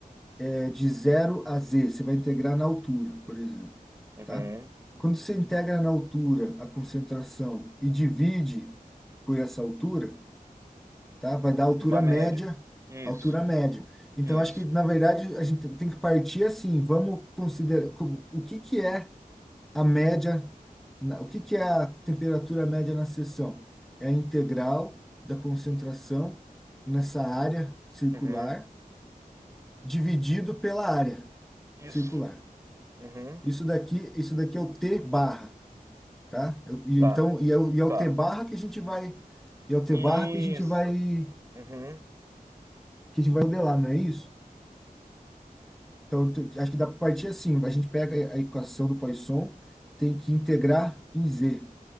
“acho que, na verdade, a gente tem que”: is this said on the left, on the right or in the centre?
Centre